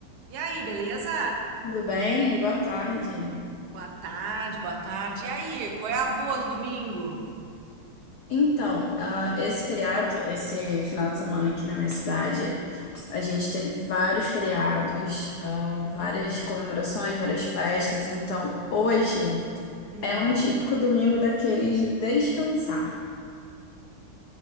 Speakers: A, on the right; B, on the left.
A: E aí, beleza?
B: Tudo bem? Boa tarde.
A: Boa tarde, boa tarde. E aí, qual é a boa do domingo?
B: Então, ah, esse feriado, esse final de semana aqui na minha cidade, a gente teve vários feriados, ah,
A: Hum,
B: várias comemorações, várias festas. Então, hoje
A: hum.
B: é um típico domingo daqueles de descansar.